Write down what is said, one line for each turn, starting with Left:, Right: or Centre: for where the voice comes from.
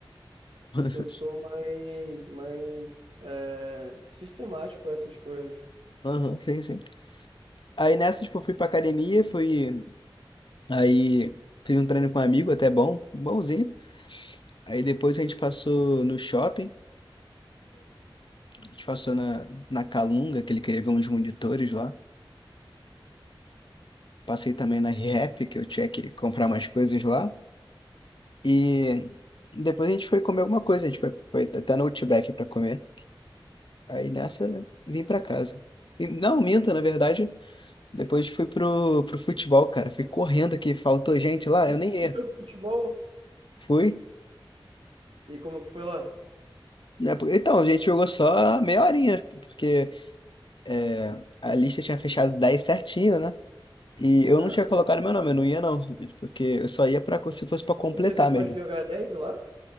Left: <laughs>
Right: eu sou mais, mais é, sistemático com essas coisas.
Left: Aham, sim, sim. Aí nessa, tipo, eu fui pra academia, fui. Aí fiz um treino com um amigo, até bom, bonzinho. Aí depois a gente passou no shopping, a gente passou na, na Calunga, que ele queria ver uns monitores lá. Passei também na Rehap, que eu tinha que comprar mais coisas lá. E depois a gente foi comer alguma coisa, a gente foi, foi até no Outback pra comer. Aí nessa, né, vim pra casa. E- Não, minta, na verdade. Depois fui pro, pro futebol, cara. Fui correndo aqui, faltou gente lá,
Right: E,
Left: eu
Right: e
Left: nem ia.
Right: tu foi pro futebol?
Left: Fui.
Right: E como que foi lá?
Left: né? Porque- Então, a gente jogou só meia horinha, porque é, a lista tinha fechado 10 certinho, né? E eu
Right: Ah,
Left: não tinha colocado meu nome, eu não ia não, porque eu só ia pra, se fosse pra completar
Right: porque só pode
Left: mesmo.
Right: jogar 10 lá?